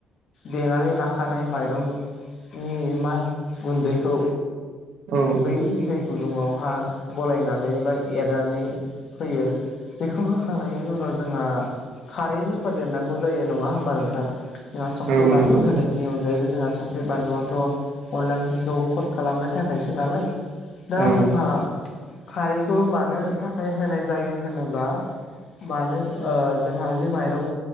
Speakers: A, on the left; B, on the right.
A: देनानै लाखानाय माइरंनि मा गुन्दैखौ
B: औ
A: बै दै गुदुङाव हा गलायनानै बा एरनानै होयो बेखौ होखांनायनि उनाव जोंहा खारै हो होदेरनांगौ जायो नङा होमबा नोंथां? जोंहा संख्रि,
B: औ नंगौ
A: बानलु
B: नोंथां
A: होनायनि अनगायैबो जोंहा संख्रि, बानलुआथ' अनला ओंख्रिखौ कट खालामनो थाखायसो नालाय। दा
B: औ
A: जोंहा खारैखौ मानो थाखाय होनाय जायो होनोब्ला मानो ओ जोंहा बे माइरं